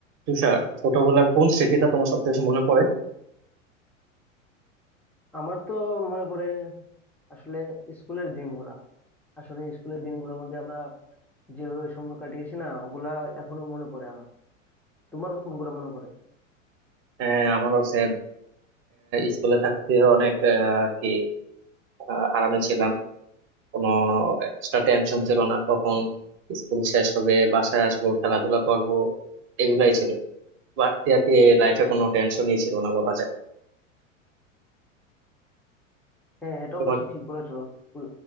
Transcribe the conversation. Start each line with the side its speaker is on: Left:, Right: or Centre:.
Right: তুষার ছোটবেলার কোন স্মৃতিটা তোমার সব থেকে মনে পড়ে
Centre: আমার তো মনে পড়ে আসলে স্কুলের দিনগুলা আসলে স্কুলের দিনগুলোর মধ্যে আমরা যেভাবে সময় কাটিয়েছি না ওগুলা এখনো মনে পড়ে আমার তোমার কোনগুলো মনে পড়ে
Right: আহ, আমারও সেম স্কুলে থাকতে অনেক আহ, কি আহ, আরামে ছিলাম কোনো এক্সট্রা টেনশন ছিল না কখন স্কুল শেষ হবে বাসায় আসবো খেলাধুলা করব এগুলাই ছিল বাড়তি আর কি লাইফে কোনো টেনশনই ছিল না বলা যায়
Centre: হ্যাঁ এটা
Right: তোমার
Centre: অবশ্য ঠিক বলেছো ওই